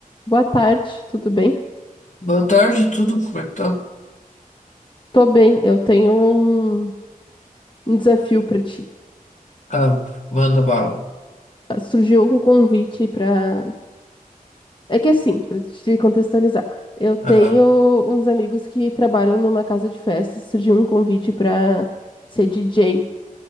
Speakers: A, on the left; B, on the left.
A: Boa tarde, tudo bem?
B: Boa tarde, tudo? Como é que tá?
A: Tô bem, eu tenho um, um desafio pra ti.
B: Ah, manda bala.
A: Ah, Surgiu um convite pra. É que assim, pra te contextualizar, eu tenho
B: Aham,
A: uns amigos que trabalham numa casa de festas, surgiu um convite pra ser DJ,